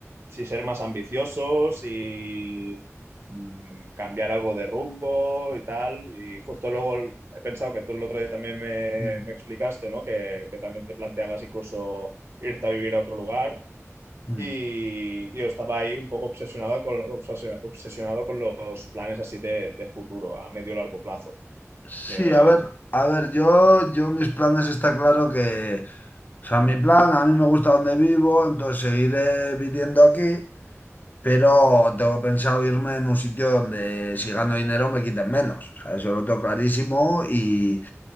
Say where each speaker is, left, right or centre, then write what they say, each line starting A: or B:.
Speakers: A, on the right; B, on the left.
A: si ser más ambiciosos y mm, cambiar algo de rumbo y tal. Y justo luego el- he pensado que tú el otro día también me,
B: Mm,
A: me explicaste, ¿no? Que, que también te planteabas incluso irte a vivir a otro lugar.
B: mm.
A: Y, tío, estaba ahí un poco obsesionado con, obsesio- obsesionado con los planes así de, de futuro, a medio largo plazo.
B: Sí,
A: De...
B: a ver, a ver, yo, yo mis planes está claro que, o sea, mi plan, a mí me gusta donde vivo, entonces seguiré viviendo aquí. Pero tengo pensado irme en un sitio donde si gano dinero me quiten menos. O sea, eso lo tengo clarísimo y,